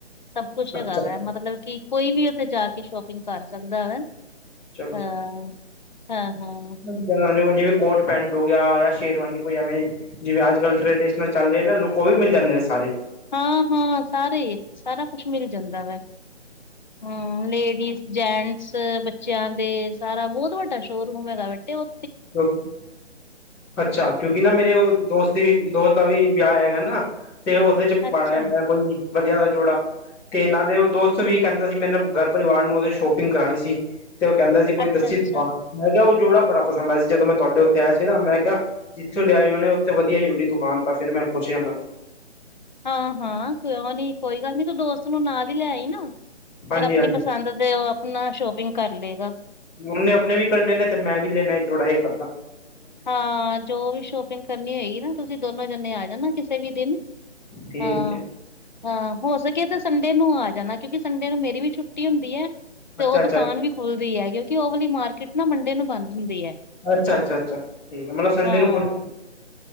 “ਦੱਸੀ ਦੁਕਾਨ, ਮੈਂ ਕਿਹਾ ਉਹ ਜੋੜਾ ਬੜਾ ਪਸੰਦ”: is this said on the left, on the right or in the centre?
Centre